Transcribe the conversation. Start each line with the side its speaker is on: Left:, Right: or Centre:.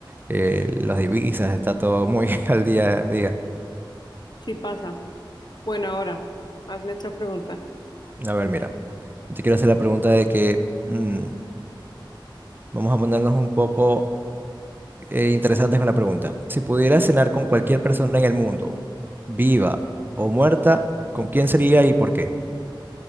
Right: eh, las divisas, está todo muy <laughs> al día a día.
Left: sí pasa. Bueno, ahora, hazme otra pregunta.
Right: A ver, mira, yo te quiero hacer la pregunta de que mm, vamos a ponernos un poco eh, interesantes con la pregunta. Si pudieras cenar con cualquier persona en el mundo, viva o muerta, ¿con quién sería y por qué?